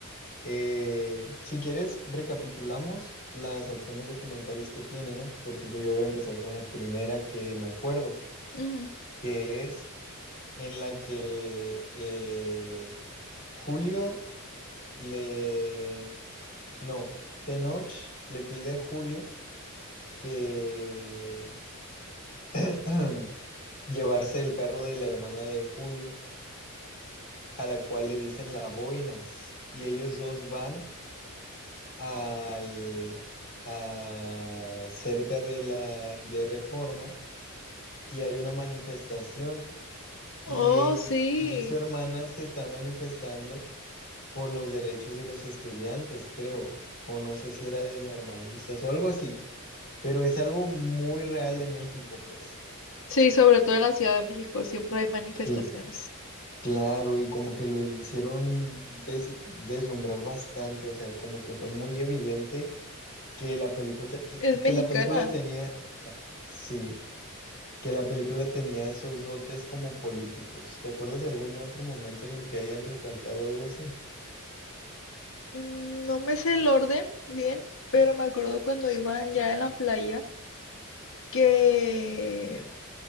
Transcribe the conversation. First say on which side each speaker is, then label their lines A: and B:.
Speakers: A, on the left (about 40°); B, on the left (about 65°).
A: eh, si quieres, recapitulamos las acciones documentales que tiene, ¿no? Por ejemplo, yo voy a empezar con la primera que me acuerdo,
B: Ujú.
A: que es en la que eh, Julio le No, Tenoch le pide a Julio que <clears throat> llevarse el carro de la hermana de Julio, a la cual le dicen la boinas, y ellos dos van al a- cerca de la de Reforma y hay una manifestación
B: Oh,
A: y él
B: sí.
A: y su hermana se está manifestando por los derechos de los estudiantes, creo, o no sé si era de normalistas o algo así. Pero es algo muy real de México, pues.
B: Sí, sobre todo en la Ciudad de México siempre hay manifestaciones.
A: Cl- claro, y como que lo hicieron des- deslumbrar bastante, o sea, como que fue muy evidente que la película,
B: Es mexicana.
A: que la película tenía, sí, que la película tenía esos dotes como políticos. ¿Te acuerdas de algún otro momento en el que hayan recalcado algo así?
B: Mm, No me sé el orden bien, pero me acuerdo cuando iban ya en la playa, que